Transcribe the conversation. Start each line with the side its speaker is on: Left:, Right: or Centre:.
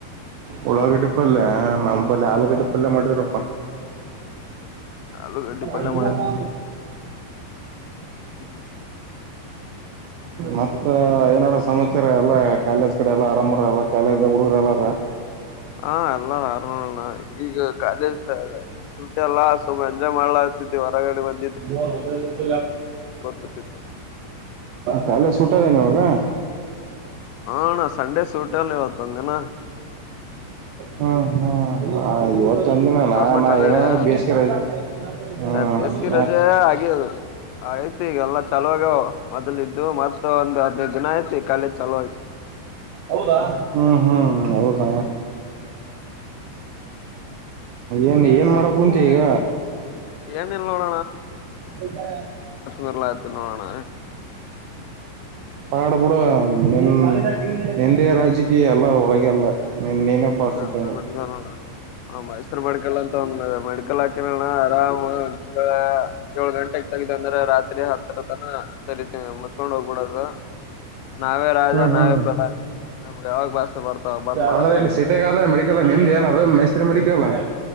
Right: ಉಳ್ಳಾಗಡ್ಡಿ ಪಲ್ಯ ನಮಂಬಲ್ಲಿ ಆಲೂಗಡ್ಡೆ ಪಲ್ಯ ಮಾಡಿದ್ರಪ್ಪ
Left: ಆಲೂಗಡ್ಡಿ
Right: ಹ
Left: ಪಲ್ಯ
Right: ಹ್ಮ ಹಾ
Left: ಹ್ಮ್ಮ ಹ್ಮ
Right: ಮತ್ತ ಏನಡ ಸಮಾಚ್ಯಾರ ಎಲ್ಲ ಕಾಲೇಜ್ ಕಡೆ ಎಲ್ಲ ಆರಾಮ ಎಲ್ಲ ಕಾಲೇಜ್ಾಗಡ ಪರಲಾ
Left: ಹಾ ಎಲ್ಲ ಹ್ಮ ಈಗ ಕಾಲೇಜ್ ಶುಟಿ ಎಲ್ಲಾ ಸ್ವಲ್ ಎಂಜಾಯ್ ಮಾಡ್ಲಾ ಆತಿದವಿ ಹೊರಗಡೆ ಬಂದು
Right: ಹತ
Left: ಕೂತಿದ್ದೆ.
Right: ಕ ಸ ೋಗ
Left: ಹಾ ಅಣ್ಣ ಸಂಡೆ ಸೂಟಿ ಅಲ್ಲ ಇವತ್ತೊಂದ ದಿನ
Right: ಹ್ಮ್ ಹ್ಮ್ ಇವತ್ತು ತಂದೆ ನನಾ
Left: ಗೌರ್ಮೆಂಟ್
Right: ನಾ
Left: ಹಾಲಿಡೇ
Right: ಮೇಮ ಬೇಸಿಗೆ ರದು ಹ್ಮ
Left: ಬೇಸಿಗೆ ರಜೆ ಹಾಗೆ ಆಯ್ತಿ ಈಗಲ್ಲ ಚಲುವಾಗ ಮೊದ್ಲ ಇದ್ದು ಮತ್ ಒಂದು್ ಹದ್ನೈದ್ ದಿನ ಐ್ತಿ ಕಖಾಲೀದ ಚಲೋಾಗಿ
Right: ಹೌದಾ ಹ್ಮ್ ಹ್ಮ್ ಹೌದ ಏನ್ ಏನ್ ಮಾಡಕ್ ಕುಂತ ಈಗ
Left: ಏನಿಲ್ಲ ನೋ
Right: ಇದ್ದಾರೆ
Left: ಮ್ಯಾಲ ಆಯ್ತು ನೋಡೋಣ.
Right: ಹಾಡ್ ಬಿಿಡುವ ನಿಮ ಹಿಂದೆ ರಾಜಕೀಯ ಅಲ್ಲ ಒಳಗೆ ಅಲ್ಲ ನಿನ್ ನೀನೇ
Left: ಹಾ
Right: ಬಾಸ್ ಇದ್ದಂಗ
Left: ಅಲ್ಲ ನೋಡ ಮೈಸೂರು ಮೆಡಿಕಲ್ ಅಂತ ಒಂದ ಮೆಡಿಕಲ್ ಹಾಕಣ ಆರಾಮ ಅ ಏಳ್ ಗಂಟೆೆಗೆ ತಗಿತ ಅಂದ್ರೆ ರಾತ್ರಿ ಹತ್ತರ ತನ ಸರಿತೀ ಮುಚ್ಕೊಂಡ್ ಹೋಗ್ಬಿಡದು ನಾವೇ ರಾಜ
Right: ಹ್ಮ್ ಹ್ಮ್
Left: ನಾವೇ ಪ್ರಧಾನಿ ನಮ್ಗೆ ಯಾವಾಗ ಬ್ಯಸ್ ಬರ್ತವಾಗ ಬಂದ್ ಮಾಡ
Right: ಅಂದ್ರೆ ಇಲ್ಲಿ ಸಿೀಟೆಗಾದ ಮೆಿಕಲ್ ನಿಮ್ದ ಏನ್ ಅದು ಮೈಸೂರು ಮೆಡಿಕಲ್ ಅಲ್ಲ